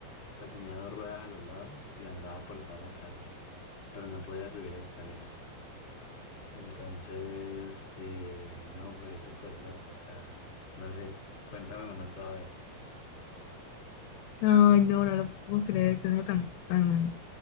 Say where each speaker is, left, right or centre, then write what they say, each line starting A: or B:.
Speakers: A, on the left (about 35°); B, on the left (about 80°).
A: o sea, tenía dos ruedas a los lados y andaba por toda la casa, pero no podía subir escaleras. Entonces, eh, no, fue súper loco, o sea, no sé, cuéntame uno tú a ver.
B: Ay, no, no lo puedo creer. Qué sueño tan, tan